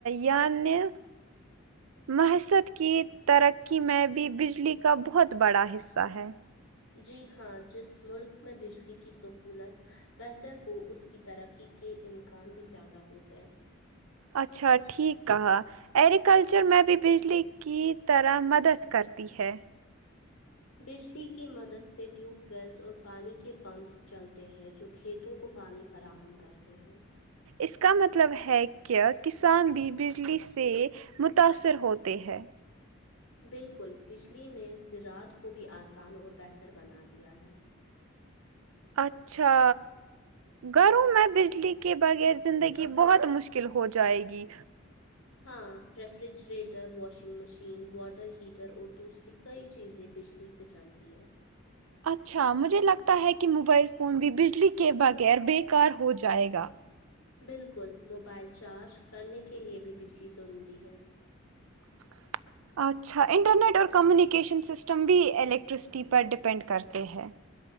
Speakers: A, on the right (about 80°); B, on the left (about 85°).
A: یعنی معیست کی ترقی میں بھی بجلی کا بہت بڑا حصہ ہے
B: جی ہاں جس ملک میں بجلی کی سہولت بہتر ہو اس کی ترقی کے امکان بھی زیادہ ہوتے ہیں
A: اچھا ٹھیک کہہ ایگریکلچر میں بھی بجلی کی طرح مدد کرتی ہے
B: بجلی کی مدد سے ٹیوب ویلس اور پانی کے پمپس چلتے ہیں جو کھیتوں کو پانی فراہم کرتے ہیں
A: اس کا مطلب ہے کہ کس کسان بھی بجلی سے متاثر ہوتے ہیں
B: بالکل بجلی نے زراعت کو بھی آسان اور بہتر بنا دیا ہے
A: اچھا گھروں میں بجلی کے بغیر زندگی بہت مشکل ہو جائے گی
B: ہاں refrigerator washing machine water heater اور دوسری کئی چیزیں بجلی سے چلتی ہیں
A: اچھا مجھے لگتا ہے کہ موبائل فون بھی بجلی کے بغیر بے کار ہو جائے گا
B: بالکل موبائل چارج کرنے کے لے بھی بجلی ضروری ہے
A: <inaudible> اچھا انٹرنیٹ اور کمیونیکیشن سسٹم بھی الیکٹرسٹی پر ڈپینڈ کرتے ہے